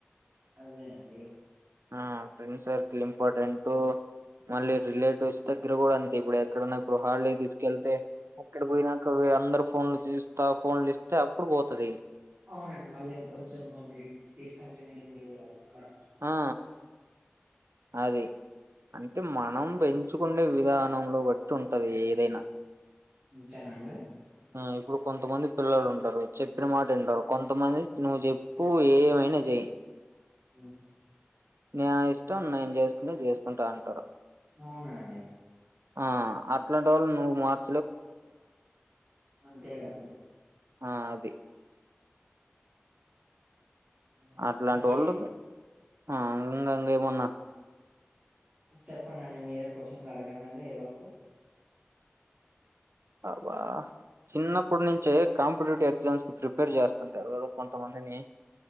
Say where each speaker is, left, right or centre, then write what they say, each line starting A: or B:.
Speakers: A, on the right; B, on the right.
A: అదే అండి
B: ఆ ఫ్రెండ్ సర్కిల్ ఇంపార్టెంట్ మళ్ళీ రిలేటివ్స్ దగ్గర కూడా అంతే ఇప్పుడు ఎక్కడన్నా ఇప్పుడు హాలిడే తీసుకెళ్తే అక్కడ పోయినంక అందరు ఫోన్లు చూస్తా ఫోన్లు ఇస్తే అప్పుడు పోతది
A: అవునండి మళ్ళీ ఇంకొంచెం మళ్ళీ డిస్కంటిన్యూ అయితది కదా
B: ఆ అది అంటే మనం పె చు కుండే విధానంలో బట్టి ఉంటది ఏదైనా
A: ఉంచనండి
B: అ ఇప్పుడు కొంతమంది పిల్లలు ఉంటారు చెప్పిన మాట వింటారు కొంతమంది నువ్వు చెప్పు ఏమైనా చెయి
A: హు
B: నా ఇష్టం నేను చేసుకునేది చేసుకుంటా అంటాడు
A: అవునండి
B: ఆ అట్లాంటోల్లు నువ్వు మాత్రం
A: అంతే గా అండి
B: అ అది
A: హ్మ్.
B: అట్లాంటి
A: ఇంకే
B: వొళ్ళు ఆ ఇంగ ఇంగ ఏమన్నా
A: చెప్పండిఅండి మీరే క్వశ్చన్లు అడగండి ఏదో ఒకటి
B: అబ చిన్నప్పుటి నుంచే కాంపిటేటివ్ ఎగ్జామ్స్కి ప్రిపేర్ చేస్తుంటారు కొంతమందిని